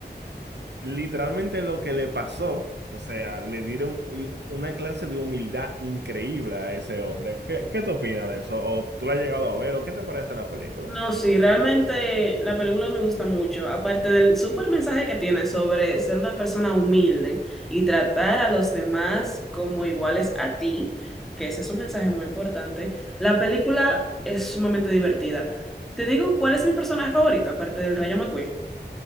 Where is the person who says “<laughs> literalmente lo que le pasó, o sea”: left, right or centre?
Right